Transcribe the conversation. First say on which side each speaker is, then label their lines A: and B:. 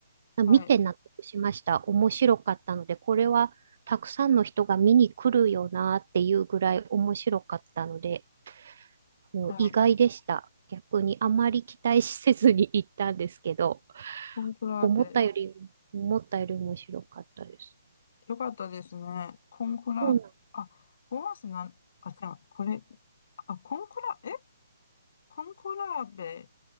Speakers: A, on the right (about 50°); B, on the left (about 50°).
A: あ見て納得しました。
B: はい。
A: 面白かったので、これはたくさんの人が見に来るよなっていうぐらい面白かったので、もう意外でした。
B: はい。
A: 逆にあまり期待せずに行ったんですけど、
B: コンクラーペ。
A: 思ったより、思ったより面白かったです。
B: よかったですね。コンクラー、
A: そうなん、
B: あ、5月なん、あ、じゃあ、これ、あ、コンクラ、えコンクラーベ、